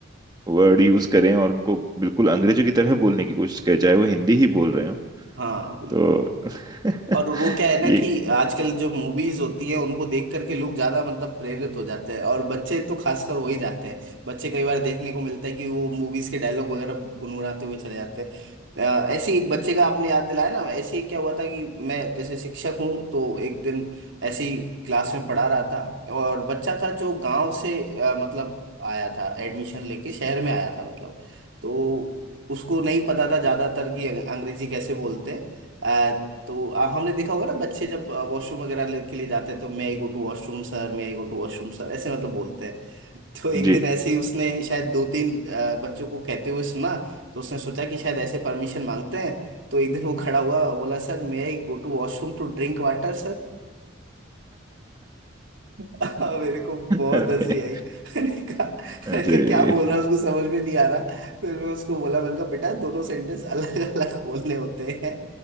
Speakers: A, on the right; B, on the right.
A: वर्ड यूज करें और उनको बिल्कुल अंग्रेजों की तरह बोलने की कोशिश करें चाहे वो हिंदी ही बोल रहे हो
B: हाँ बिल्कुल
A: तो <laughs>
B: और वो क्या है ना
A: ये
B: कि आजकल जो मूवीज होती है उनको देख करके लोग ज्यादा मतलब प्रेरित हो जाते हैं और बच्चे तो खासकर हो ही जाते हैं बच्चे कई बार देखने को मिलता है कि वो मूवीज के डायलॉग वगैरह गुनगुनाते हुए चले जाते हैं अ, ऐसे ही एक बच्चे का आपने याद दिलाया ना ऐसे ही क्या हुआ था कि मैं जैसे शिक्षक हूँ तो एक दिन ऐसे ही क्लास में पढ़ा रहा था और बच्चा था जो गांव से अ, मतलब आया था एडमिशन लेके शहर में आया था मतलब तो उसको नहीं पता था ज्यादातर कि अंग- अंग्रेजी कैसे बोलते हैं तो आ, हमने देखा होगा ना बच्चे जब वॉशरूम वगैरह ले- के लिए जाते हैं तो मैं I go to washroom sir मैं I go to washroom sir ऐसे मतलब बोलते हैं तो एक
A: जी
B: दिन ऐसे ही उसने शायद दो तीन आ, बच्चों को कहते हुए सुना तो उसने सोचा कि शायद ऐसे परमिशन मांगते हैं तो एक दिन वो खड़ा हुआ बोला सर मैं I go to washroom to drink water <laughs> हाँ, मेरे को बहुत
A: अरे
B: हंसी आई <laughs> मैंने कहा
A: अरे
B: मैंने कहा क्या बोल रहा है उसको समझ में नहीं आ रहा फिर मैं उसको बोला मैंने कहा बेटा दोनों सेंटेंस अलग <laughs> अलग बोलने होते हैं